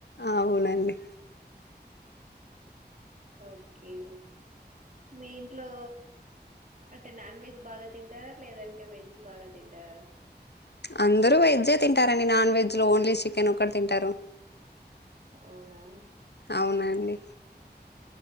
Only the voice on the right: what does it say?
ఓకే మీ ఇంట్లో అట్టే నాన్ వెజ్ బాగా తింటారా లేదంటే వెజ్ బాగా తింటారా
అవునా